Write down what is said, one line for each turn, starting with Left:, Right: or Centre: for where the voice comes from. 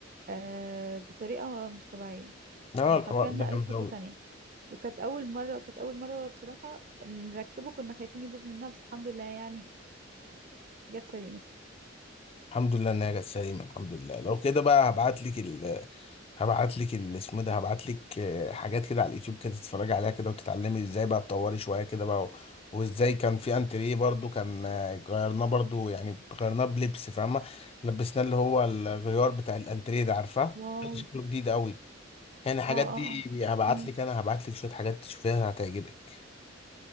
Right: آه بطريقة مش طبيعية
Left: اه
Right: يعني
Left: الحوار
Right: حرفيا نقله
Left: ده جامد
Right: في حتة
Left: قوي
Right: تانية وكانت أول مرة كانت أول مرة بصراحة نركبه كنا خايفين يبوظ مننا بس الحمد لله يعني جت سليمة
Left: الحمد لله ان هي جت سليمه الحمد لله لو كده بقى هبعت لك ال هبعت لك ال اسمه ده هبعت لك آه، حاجات كده على اليوتيوب كده تتفرجي عليها كده وتتعلمي ازاي بقى تطوري شويه كده بقى و- وازاي كان في انتريه برضو كان آه، غيرناه برضو يعني غيرناه بلبس فاهمه لبسناه اللي هو الغيار بتاع الانتريه ده عارفاه
Right: واو
Left: كان شكله جديد قوي يعني الحاجات
Right: اه اه
Left: دي
Right: اه
Left: هبعت
Right: مم.
Left: لك انا هبعت لك شويه حاجات تشوفيها هتعجبك